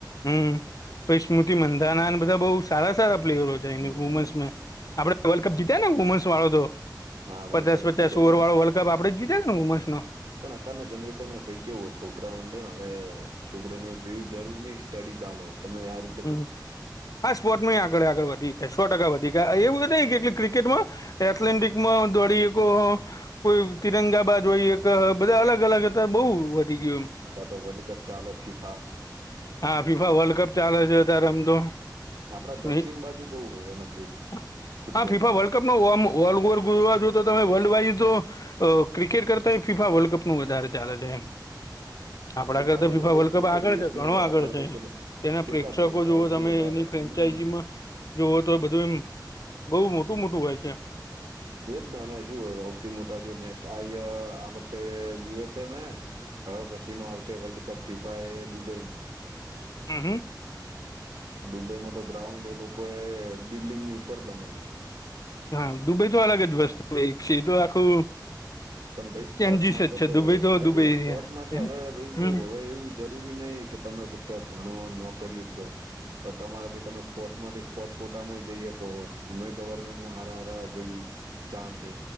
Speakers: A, on the left; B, on the right.
A: હમ્મ, પછી સ્મૃતિ મંદાના બધા બઉ સારા-સારા પ્લેયરો જાયને
B: હમ
A: વુમન્સ મે. આપડે વર્લ્ડ કપ જીત્યા ને વુમન્સ વાળો તો?
B: હા
A: પચાસ-પચાસ
B: વર્લ્ડ કપ જીત્યા
A: ઓવર
B: ને
A: વાળો વર્લ્ડ કપ આપડે જીતા ને વુન્મસ માં?
B: પણ અતારના જનરેશન માં ભઈ કેવું હોય, છોકરાઓ અંદર હવે છોકરા ને જોયું જરૂરી <unintelligible> તમે આ રીત
A: હમ્મ. હા સ્પોર્ટ માં આગળ-આગળ વધી ગયા, સો ટકા વધી
B: હા
A: ગયા, એવું
B: અત્યારે
A: નથી ખાલી ક્રિકેટમાં એથ્લેન્ટિકમાં દોડીકો કોઈ તિરંગાબાજ હોય, એક બધા અલગ-અલગ હતા બહુ વધી ગયું એમ.
B: અતાર તો વર્લ્ડ કપ ચાલે ફીફા.
A: હા ફીફા વર્લ્ડ કપ ચાલે છે. <unintelligible>
B: આપડા દક્ષિણ બાજુ બહુ હોય એનો ક્રેઝ ફૂટબોલનો
A: હા ફીફા વલ્ડ કપ માં ઓમ ઓવર <unintelligible> તો તમે વર્લ્ડ વાઈઝ જો અહ ક્રિકેટ કરતા એય ફીફા વર્લ્ડ કપમાં વધારે ચાલે છે એમ.
B: હા
A: આપણા
B: કે
A: કરતા
B: ખરી
A: તો ફીફા
B: ને ભાઈ
A: વર્લ્ડ કપ
B: કેટલું
A: આગળ
B: દેશમાં
A: છે, ઘણો
B: યાર
A: આગળ
B: આટલા
A: છે
B: બધા
A: એમ.
B: કેટલા
A: તેના
B: કેટલા
A: પ્રેક્ષકો
B: દેશ છે
A: જોવો
B: સૌથી
A: તમે,
B: વધારે
A: એની ફ્રેન્ચાઈજીમાં
B: હમ
A: જોવો તો બધું એમ બઉ મોટું-મોટું હોય છે.
B: <inaudible> એજ <unintelligible> હૌથી મોટા જો નેક્સ આય આ વખતે યુ એસ એ મે હવે પછીનો આવશે વર્લ્ડ કપ ફીફા એ દુબઈ મે.
A: હમ્મ-હમ્મ.
B: દુબઈમાં તો ગ્રાઉન્ડ એ લોકો એ બિલ્ડિંગની ઉપર બનાયું હોય.
A: હા દુબઈ તો અલગ જ વસ્તુ છે તો આખું
B: પણ ભાઈ સ્પોર્ટ
A: ચેન્જીસ
B: માટે
A: જ છે
B: તો
A: દુબઈ
B: એટલેને
A: દુબઈ
B: સ્પોર્ટ માટે
A: હમ
B: હવે ભાઈ
A: હમ
B: કેવું હવે એવું જરૂરી નહી કે તમે ફક્ત ભણો નોકરીઓ જ લો હ તમારે ભાઈ તમે સ્પોટમાંથી સ્પોટ કૂટામાંય જઈએ કહો? એમ ગવર્મેન્ટમાં હાર આ રહા ભાઈ ચાસ છે.